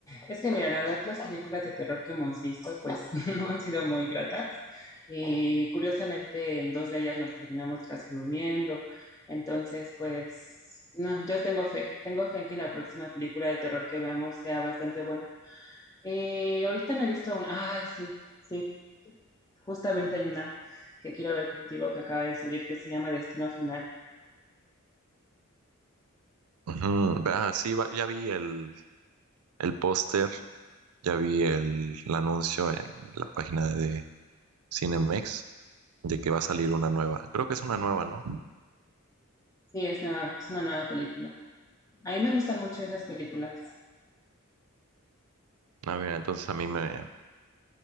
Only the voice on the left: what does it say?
Es que mira, la verdad las películas de terror que hemos visto pues <laughs> no han sido muy gratas y curiosamente en dos de ellas nos terminamos casi durmiendo. Entonces, pues no, yo tengo fe, tengo fe en que la próxima película de terror que veamos sea bastante buena. Eh, ahorita no he visto una... Ay, sí, sí, justamente hay una que quiero ver contigo que acaba de salir que se llama Destino Final.
Sí, es una, es una nueva película. A mí me gustan mucho esas películas.